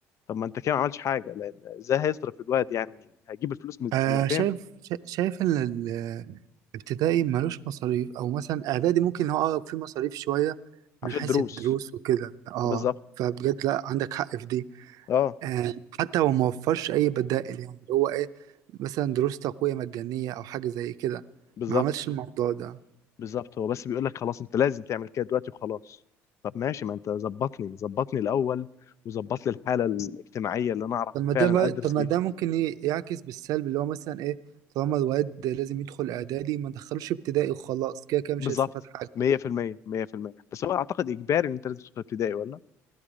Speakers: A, on the left; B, on the right.
A: طب ما انت كده ما عملتش حاجه لان ازاي هيصرف الواد يعني هيجيب الفلوس من
B: آه
A: من فين
B: شايف شا- شايف ان ال- الابتدائي ملوش مصاريف او مثلا اعدادي ممكن هو آه، في مصاريف شويه من
A: عشان
B: حيث
A: دروس
B: الدروس وكده اه
A: بالظبط
B: فبجد لا عندك حق في دي
A: اه
B: آه حتى هو ما وفرش اي بدائل يعني اللي هو ايه مثلا دروس تقويه مجانيه او حاجه زي كده
A: بالظبط
B: ما عملش الموضوع ده
A: بالظبط هو بس بيقول لك خلاص انت لازم تعمل كده دلوقتي وخلاص طب ماشي ما انت ظبطني ظبطني الاول وظبط لي الحاله الاجتماعيه اللي انا اعرف
B: طب ما
A: فعلا
B: ده بقى-
A: ادرس
B: طب ما
A: بيها
B: ده ممكن ي- يعكس بالسلب اللي هو مثلا ايه طالما الواد لازم يدخل اعدادي ما دخلوش ابتدائي وخلاص كده كده
A: بالظبط
B: مش هيستفاد حاجه
A: 100% 100% بس هو اعتقد اجباري ان انت لازم تدخل ابتدائي ولا